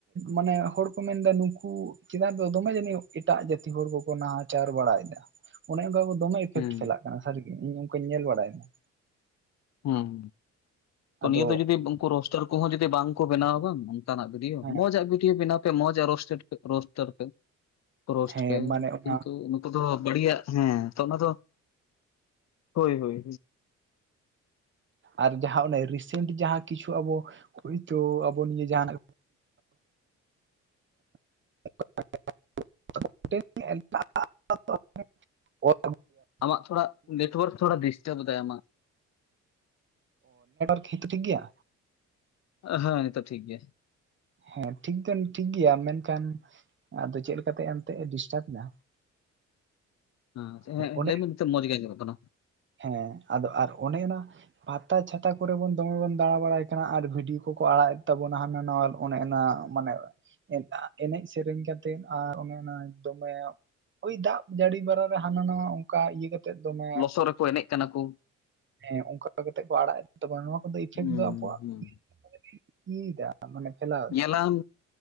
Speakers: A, on the right (about 40°); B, on the left (about 60°).
A: ᱢᱟᱱᱮ ᱦᱚᱲ ᱠᱚ ᱢᱮᱱᱫᱟ ᱱᱩᱠᱩ ᱪᱮᱛᱟᱱ ᱨᱮᱫᱚ ᱫᱚᱢᱮ ᱡᱟᱹᱱᱤᱡ ᱮᱴᱟᱜ ᱡᱟᱹᱛᱤ ᱦᱚᱲ ᱠᱚᱠᱚ ᱱᱟᱦᱟ ᱟᱪᱟᱨ ᱵᱟᱲᱟᱭᱮᱫᱟ ᱚᱱᱮ ᱚᱱᱠᱟ ᱠᱚ ᱫᱚᱢᱮ ᱤᱯᱷᱮᱠᱴ
B: ᱦᱩᱸ
A: ᱪᱟᱞᱟᱜ ᱠᱟᱱᱟ ᱥᱟᱹᱨᱤ ᱜᱮ ᱤᱧ ᱚᱱᱠᱟᱧ ᱧᱮᱞ ᱵᱟᱲᱟᱭᱮᱫᱟ
B: ᱦᱩᱸ ᱛᱚ
A: ᱟᱫᱚ
B: ᱱᱤᱭᱟᱹ ᱫᱚ ᱡᱩᱫᱤ ᱩᱱᱠᱩ ᱨᱳᱥᱴᱟᱨ ᱠᱚᱦᱚᱸ ᱡᱩᱫᱤ ᱵᱟᱝ ᱠᱚ ᱵᱮᱱᱟᱣᱟ ᱵᱟᱝ ᱚᱱᱠᱟᱱᱟᱜ ᱵᱷᱤᱰᱤᱭᱳ
A: ᱦᱮᱸ
B: ᱢᱚᱡᱽ ᱟᱜ ᱟᱜᱩᱭ ᱯᱮ ᱵᱮᱱᱟᱣ ᱢᱚᱡᱟ ᱨᱳᱥᱴᱮᱴ ᱨᱳᱥᱴᱟᱨᱯᱮ ᱨᱳᱥᱴ
A: ᱦᱮᱸ
B: ᱯᱮ
A: ᱢᱟᱱᱮ ᱚᱱᱟ
B: ᱠᱤᱱᱛᱩ ᱱᱩᱠᱩ ᱫᱚ ᱵᱟᱹᱲᱤᱡᱟᱜ ᱦᱮᱸ ᱛᱚ ᱚᱱᱟ ᱫᱚ ᱦᱳᱭ ᱦᱳᱭ
A: ᱟᱨ ᱡᱟᱦᱟᱸ ᱚᱱᱮ ᱨᱤᱥᱮᱱᱴ ᱡᱟᱦᱟᱸ ᱠᱤᱪᱷᱩ ᱟᱵᱚ ᱦᱳᱭᱛᱳ ᱟᱵᱚ ᱱᱤᱭᱟᱹ ᱡᱟᱦᱟᱱᱟᱜ
B: <inaudible>
A: <inaudible> ᱮᱴᱟᱜ <inaudible>
B: ᱟᱢᱟᱜ ᱛᱷᱚᱲᱟ ᱱᱮᱴᱳᱣᱟᱨᱠ ᱛᱷᱚᱲᱟ ᱰᱤᱥᱴᱟᱵᱽᱫᱟᱭ ᱟᱢᱟᱜ
A: ᱦᱮᱛᱚ ᱴᱷᱤᱠ ᱜᱮᱭᱟ
B: ᱦᱮᱸ ᱱᱤᱛᱚᱜ ᱴᱷᱤᱠ ᱜᱮᱭᱟ
A: ᱦᱮᱸ ᱴᱷᱤᱠ ᱫᱚ ᱴᱷᱤᱠ ᱜᱮᱭᱟ ᱢᱮᱱᱠᱷᱟᱱ ᱟᱫᱚ ᱪᱮᱫ ᱞᱮᱠᱟᱛᱮ ᱮᱱᱛᱮᱜ ᱮ ᱰᱤᱥᱴᱟᱵ ᱫᱟ
B: <inaudible>
A: ᱚᱱᱮ
B: ᱞᱟᱹᱭ ᱢᱮ ᱱᱤᱛᱚᱜ ᱢᱚᱡᱽ ᱜᱮ ᱟᱡᱚᱢᱚᱜ ᱠᱟᱱᱟ
A: ᱦᱮᱸ ᱟᱫᱚ ᱟᱨ ᱚᱱᱮ ᱚᱱᱟ ᱯᱟᱛᱟ ᱪᱷᱟᱛᱟ ᱠᱚᱨᱮ ᱵᱚᱱ ᱫᱚᱢᱮ ᱵᱚᱱ ᱫᱟᱬᱟ ᱵᱟᱲᱟᱭ ᱠᱟᱱᱟ ᱟᱨ ᱵᱷᱤᱰᱤᱭᱳ ᱠᱚ ᱠᱚ ᱟᱲᱟᱜᱮᱫ ᱛᱟᱵᱚᱱᱟ ᱦᱟᱱᱟ ᱱᱟᱣᱟ ᱚᱱᱮ ᱚᱱᱟ ᱢᱟᱱᱮ ᱮᱱ ᱮᱱᱮᱡ ᱥᱮᱨᱮᱧ ᱠᱟᱛᱮ ᱟᱨ ᱚᱱᱮ ᱚᱱᱟ ᱫᱚᱢᱮ ᱳᱭ ᱫᱟᱜ ᱡᱟᱹᱲᱤ ᱵᱟᱲᱟᱨᱟ ᱨᱮ ᱦᱟᱱᱟ ᱱᱟᱣᱟ ᱚᱝᱠᱟ ᱤᱭᱟᱹ ᱠᱟᱛᱮ ᱫᱚᱢᱮ
B: ᱞᱚᱥᱚᱫ ᱨᱮᱠᱚ ᱮᱱᱮᱡ ᱠᱟᱱᱟ ᱠᱚ
A: ᱦᱮᱸ ᱚᱝᱠᱟ ᱠᱟᱛᱮ ᱠᱚ ᱟᱲᱟᱜ ᱮᱫ ᱛᱟᱵᱚᱱ ᱱᱚᱣᱟ ᱤᱯᱷᱮᱠᱴ
B: ᱦᱩᱸ
A: ᱫᱚ ᱟᱵᱚᱣᱟᱜ
B: ᱦᱩᱸ
A: <inaudible> ᱤᱭᱟᱹ ᱫᱟ ᱢᱟᱱᱮ ᱯᱷᱮᱞᱟᱣ ᱫᱟ
B: ᱧᱮᱞᱟᱢ